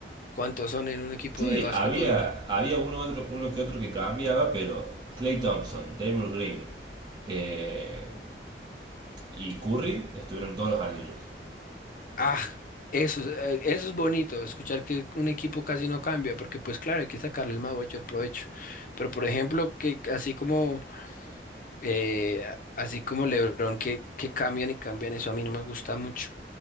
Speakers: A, on the left; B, on the right.
A: cuántos son en un equipo
B: Sí,
A: de básquetbol.
B: había, había uno, otro, uno que otro que cambiaba, pero Clay Thompson, Damon Green, eh, y Curry estuvieron todos los anillos.
A: Ah, eso, es- eh, eso es bonito, escuchar que un equipo casi no cambia, porque pues claro, hay que sacarle el mayor provecho. Pero por ejemplo, que así como eh, así como LeBron que, que cambian y cambian, eso a mí no me gusta mucho.